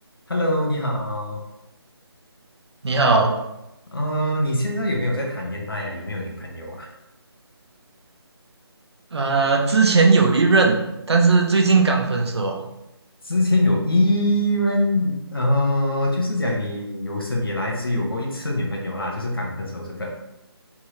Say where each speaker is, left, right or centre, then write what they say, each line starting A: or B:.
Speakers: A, on the left; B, on the right.
A: Hello，你好。
B: 你好，
A: 嗯呃，你现在有没有在谈恋爱呀、有没有女朋友啊？
B: 呃，之前有一任，但是最近刚分手哦。
A: 之前有一任，呃，就是讲你有生以来只有过一次女朋友啦，就是刚分手这个。